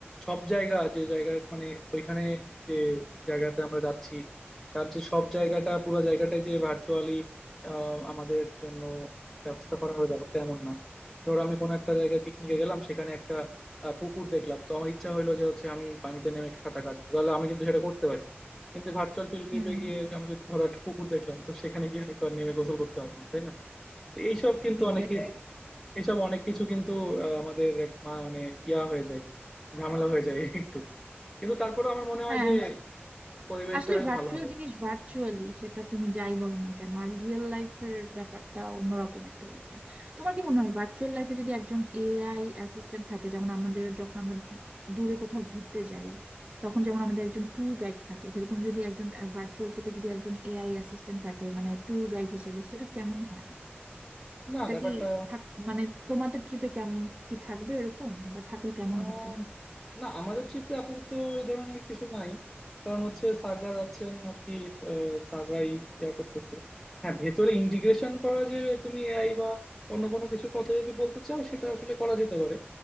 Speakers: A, in the centre; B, on the right.
A: সব জায়গা যে জায়গা মানে ওইখানে যে জায়গাতে আমরা যাচ্ছি তার যে সব জায়গাটা পুরো জায়গাটাই যে ভার্চুয়ালি আমাদের জন্য ব্যবস্থা করা হবে ব্যাপারটা এমন না ধরো আমি কোনো একটা জায়গায় পিকনিকে গেলাম সেখানে একটা আহ, পুকুর দেখলাম তো আমার ইচ্ছা হলো যে হচ্ছে আমি পানিতে নেমে একটু সাঁতার কাটবো তাহলে আমি কিন্তু সেটা করতে পারি কিন্তু ভার্চুয়াল ফিল্ড ট্রিপে
B: হুম
A: গিয়ে আমি যদি ধরো একটা পুকুর দেখলাম তো সেখানে গিয়ে আমি তো আর নেমে গোসল করতে পারবো না তাই না তো এইসব কিন্তু
B: এক্স্যাক্টলি
A: অনেকে এইসব অনেক কিছু কিন্তু আহ, আমাদের এক মা- মানে ইয়া হয়ে যায় ঝামেলা হয়ে যায় একটু কিন্তু তারপরেও আমার মনে হয়
B: হ্যাঁ
A: যে পরিবেশটা
B: আসলে
A: বেশ
B: ভার্চুয়াল
A: ভালো হবে
B: জিনিস ভার্চুয়ালি সেটা তুমি যাই বলো না কেন আর রিয়েল লাইফের ব্যাপারটা অন্যরকম একটা ব্যাপার তোমার কি মনে হয় ভার্চুয়াল লাইফে যদি একজন এআই অ্যাসিস্ট্যান্ট থাকে যেমন আমাদের যখন আমরা দূরে কোথাও ঘুরতে যাই তখন যেমন আমাদের একজন ট্যুর গাইড থাকে সেরকম যদি একজন ভার্চুয়াল ট্রিপে যদি একজন এআই অ্যাসিস্ট্যান্ট থাকে মানে ট্যুর গাইড হিসেবে সেটা কেমন হয়
A: না
B: এটা
A: ব্যাপারটা
B: কি থাক মানে তোমাদের ট্রিপে কেমন কি থাকবে এরকম বা থাকলে কেমন
A: আহ,
B: হতো
A: না আমাদের ট্রিপে আপাতত এই ধরনের কিছু নাই কারণ হচ্ছে স্যাররা যাচ্ছেন আর কি আহ, স্যাররাই ইয়া করতেছে হ্যাঁ ভেতরে ইন্টিগ্রেশন করা যে তুমি এআই বা অন্য কোনো কিছুর কথা যদি বলতে চাও সেটা আসলে করা যেতে পারে